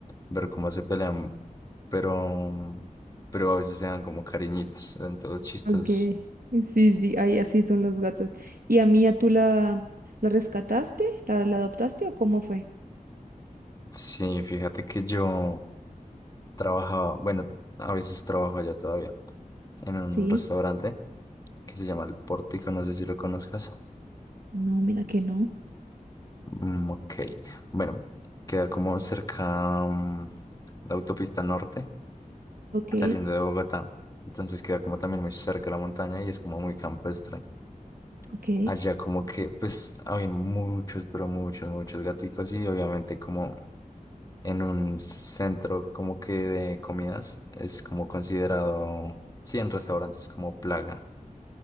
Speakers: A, on the left (about 25°); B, on the right (about 80°).
A: ver cómo se pelean, pero, pero a veces se dan como cariñitos, en todos chistosos.
B: okay Sí, sí, ahí así son los gatos. ¿Y a Mía tú la, la rescataste? ¿La, la adoptaste o cómo fue?
A: Sí, fíjate que yo trabajaba, bueno, a veces trabajo ya todavía en un
B: Sí.
A: restaurante que se llama El Pórtico, no sé si lo conozcas.
B: No, mira que no.
A: Mm, ok. Bueno, queda como cerca mm, la autopista norte,
B: Ok,
A: saliendo de Bogotá. Entonces queda como también muy cerca la montaña y es como muy campestre.
B: ok.
A: Allá como que pues habían muchos, pero muchos, muchos gaticos y obviamente como en un centro como que de comidas es como considerado, sí, en restaurantes como plaga.